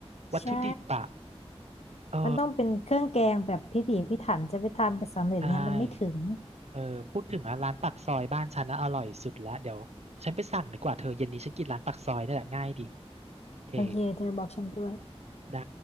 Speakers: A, on the right; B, on the left.
A: วัตถุดิบอ่ะ
B: ใช่
A: เออ
B: มันต้องเป็นเครื่องแกงแบบพิถีพิถันจะไปทำไปสำเร็จเนี้ยมันไม่ถึง
A: ใช่เออพูดถึงอ่ะร้านปากซอยบ้านฉันนะอร่อยสุดละเดี๋ยวฉันไปสั่งดีกว่าเธอเย็นนี้ฉันกินร้านปากซอยนี่แหละง่ายดีโอเค
B: บางทีเธอบอกฉันด้วย
A: ได้